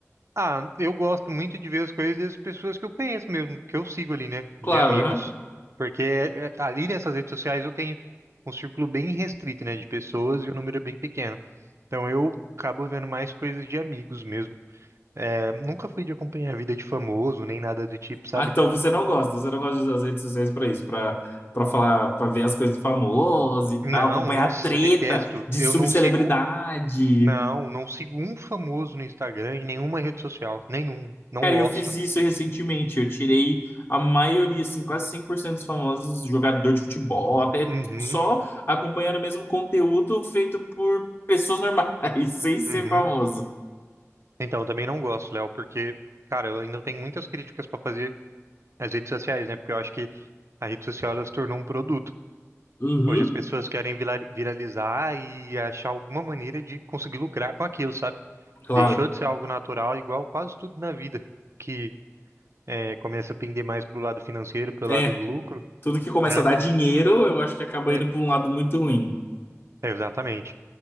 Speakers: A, on the right (about 60°); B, on the left (about 45°).
A: Ah, eu gosto muito de ver as coisas das pessoas que eu conheço mesmo, que eu sigo ali, né? De
B: Claro,
A: amigos.
B: né?
A: Porque é, é, ali nessas redes sociais eu tenho um círculo bem restrito, né? De pessoas e um número bem pequeno. Então eu acabo vendo mais coisas de amigos mesmo. É, nunca fui de acompanhar a vida de famoso, nem nada do tipo, sabe?
B: Ah, então você não gosta, você não gosta de usar as redes sociais pra isso, pra para falar, pra ver as coisas de famoso e
A: Não,
B: tal, acompanhar
A: nossa,
B: a treta
A: detesto.
B: de
A: Eu
B: subcelebridade.
A: não sigo Não, não sigo um famoso no Instagram em nenhuma rede social. Nenhum. Não
B: Cara,
A: gosto.
B: eu fiz isso recentemente, eu tirei a maioria, assim, quase 100% dos famosos jogador de futebol, até
A: Uhum,
B: só acompanhando o mesmo conteúdo feito por pessoas normais, <laughs> sem ser
A: uhum.
B: famoso.
A: Então, eu também não gosto, Léo, porque, cara, eu ainda tenho muitas críticas pra fazer às redes sociais, né? Porque eu acho que a rede social ela se tornou um produto.
B: Uhum.
A: Hoje as pessoas querem vila- viralizar e achar alguma maneira de conseguir lucrar com aquilo, sabe?
B: Claro.
A: Deixou de ser algo natural, igual quase tudo na vida, que é, começa a pender mais pro lado financeiro, pro lado
B: É,
A: do lucro,
B: Tudo que começa
A: né?
B: a dar dinheiro, eu acho que acaba
A: É,
B: indo para um lado muito ruim.
A: Exatamente.